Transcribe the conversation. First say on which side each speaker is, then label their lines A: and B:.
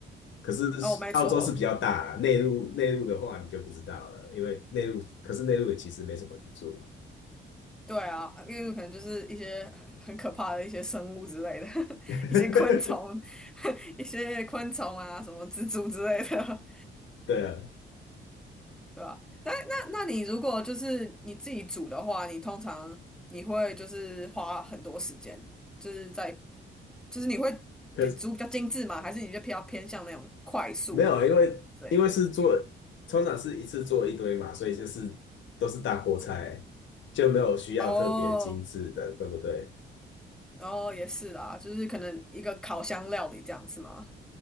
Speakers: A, on the left; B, in the centre.
A: 可是澳洲是比较大啦，
B: <laughs> 哦，没错，
A: 内陆内陆的话你就不知道了，因为内陆可是内陆也其实没什么人住。
B: 对啊，因为可能就是一些很很可怕的一些生物之类的，
A: <laughs>
B: <laughs> 一些昆虫，<laughs> 一些昆虫啊，什么蜘蛛之类的。
A: 对啊，
B: 对吧？那那那你如果就是你自己煮的话，你通常你会就是花很多时间，就是在就是你会比煮比较精致吗？
A: 可是
B: 还是你就比较偏向那种快速？
A: 没有，因为因为是做
B: 对，
A: 通常是一次做一堆嘛，所以就是都是大锅菜，就没有需要特别精致的，
B: 哦
A: 对不对？
B: 哦也是啦，就是可能一个烤箱料理这样是吗？